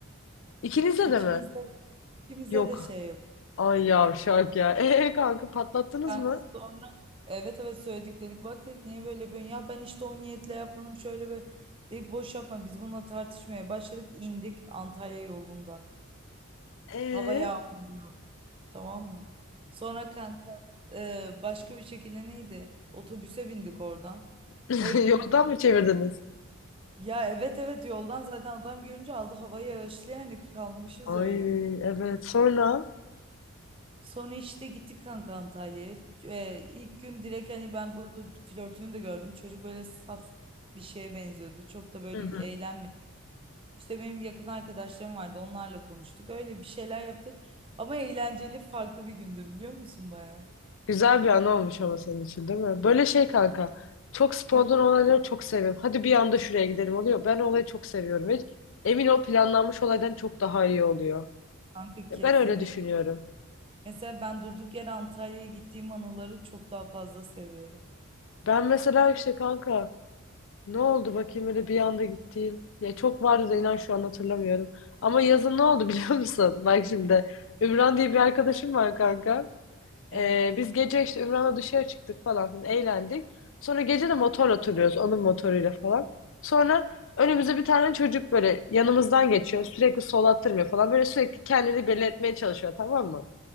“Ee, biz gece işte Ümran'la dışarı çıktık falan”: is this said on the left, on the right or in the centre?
Left